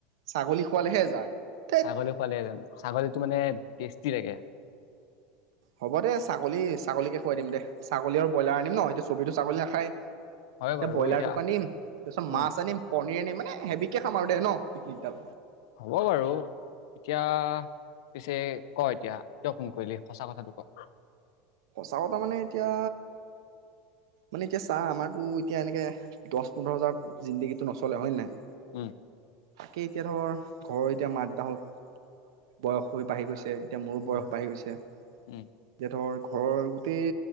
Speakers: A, on the right; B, on the left.
A: ছাগলী খোৱালেহে যায় ধেৎ
B: ছাগলী খোৱালে যাম ছাগলীটো মানে টেষ্টি লাগে
A: হ'ব দে ছাগলী ছাগলীকে খুৱাই দিম দে ছাগলী আৰু ব্ৰইলাৰ আনিম ন এতিয়া চবেইটো ছাগলী নাখায় এতিয়া
B: হয় বাৰু
A: ব্ৰইলাৰটোকে
B: এতিয়া
A: আনিম তাৰপিছত
B: উম
A: মাছ আনিম পনীৰ আনিম মানে হেভী কে খাম আৰু দে ন পিকনিক ডাল
B: হ'ব বাৰু এতিয়া পিছে ক এতিয়া কিয় ফোন কৰিলি সঁচা কথাটো ক
A: চাও তাৰ মানে এতিয়া মানে এতিয়া চাহ আমাৰতো এতিয়া এনেকে দহ পোন্ধৰ হাজাৰ জিন্দগীটো নচলে হয়নে নাই
B: উম
A: তাকে এতিয়া ধৰ ঘৰৰ এতিয়া মা দেউতাহঁত বয়স হৈ বাঢ়ি গৈছে এতিয়া মোৰো বয়স
B: উম
A: বাঢ়ি গৈছে এতিয়া
B: উম
A: ধৰ ঘৰৰ গোটেই